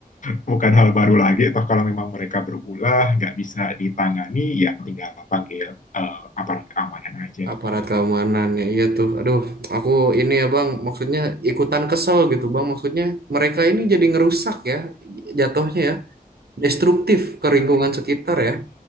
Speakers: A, on the left; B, on the right.
A: bukan hal baru lagi. Toh kalau memang mereka berulah nggak bisa ditangani, ya tinggal panggil eh, aparat keamanan aja
B: aparat
A: kan gitu.
B: keamanan ya iya tuh aduh aku ini ya bang maksudnya ikutan kesel gitu bang maksudnya mereka ini jadi ngerusak ya jatuhnya ya destruktif ke lingkungan sekitar ya